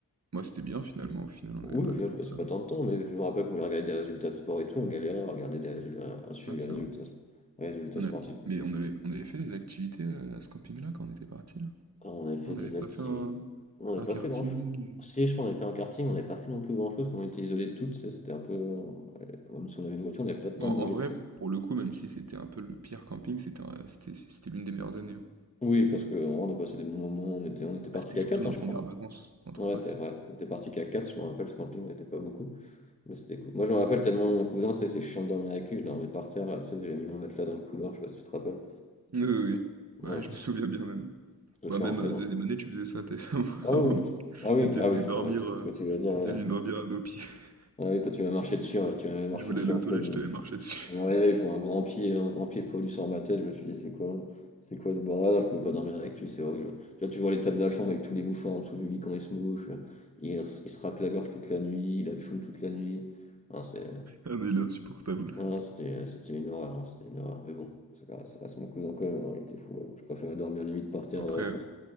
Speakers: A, on the right; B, on the left.
A: Moi, c'était bien, finalement. Au final, on
B: Oui,
A: n'avait pas
B: au final,
A: de portable.
B: je passais pas tant de temps, mais je me rappelle qu'on voulait regarder des résultats de sport et tout, on galérait à regarder des résultats, à suivre
A: Ah,
B: les
A: c'est
B: résultats,
A: vrai.
B: les résultats
A: On
B: sportifs.
A: a- Mais on avait, on avait fait des activités euh, à ce camping-là quand on était parti, là.
B: Ah, on avait fait
A: On
B: des
A: n'avait pas
B: activités.
A: fait un,
B: On n'avait
A: un
B: pas
A: karting.
B: fait grand-chose.
A: euh.
B: Si, je crois qu'on avait fait un karting, on n'avait pas fait non plus grand-chose, quand on était isolés de toutes, tu sais, c'était un peu. euh, Même si on avait une voiture, on n'avait pas tant
A: Bon, en
B: bougé
A: vrai,
B: que ça.
A: pour le coup, même si c'était un peu le pire camping, c'était un- c'était, c'était l'une des meilleures années. hein.
B: Oui, parce qu'on on a passé des bons moments, on était, on était parti
A: Ah, c'était
B: qu'à
A: surtout
B: 4,
A: nos
B: je
A: premières
B: crois.
A: vacances entre
B: Ouais,
A: potes.
B: c'est vrai. On était parti qu'à quatre je me rappelle, ce camping n'était pas beaucoup. Mais c'était cool. Moi, je me rappelle tellement mon cousin, c'est c'est chiant de dormir avec lui. Je dormais par terre, là, tu sais, j'ai mis mon matelas dans le couloir, je sais pas si tu te rappelles.
A: Oui, oui, oui.
B: Ouais,
A: Bah, je
B: parce
A: me souviens bien même.
B: que tu
A: Bah, même
B: rentrais
A: euh,
B: dans.
A: deuxième année, tu faisais ça, t'es- <laughs>
B: Ah
A: à
B: oui,
A: un moment.
B: tu- ah oui,
A: T'étais
B: ah
A: venu
B: oui, putain,
A: dormir,
B: ouais, c'est
A: euh,
B: ce que tu vas dire.
A: t'étais
B: ouais.
A: venu dormir à nos pieds. <laughs>
B: Ah oui, toi, tu m'as marché dessus, ouais, tu m'avais marché
A: Je voulais
B: dessus
A: aller
B: en
A: aux toilettes,
B: pleine nuit.
A: je t'avais marché dessus.
B: Je me réveille,
A: <laughs>
B: je vois un grand pied, un grand pied poilu sur ma tête. Je me suis dit, c'est quoi, c'est quoi ce bordel? Non, Je pouvais pas dormir avec lui, c'est horrible. Tu vois, tu vois l'état de la chambre avec tous les mouchoirs en dessous du lit quand il se mouche. euh, Il, il se racle la gorge toute la nuit, il a tchoum toute la nuit. Non, c'est
A: Ah non, il est insupportable.
B: Non, non, c'était euh, c'était une horreur, hein, c'était une horreur. Mais bon, ça, ça reste mon cousin quand même, hein, il était fou. hein. Je préférais dormir limite par terre
A: Bon, après,
B: euh, contre.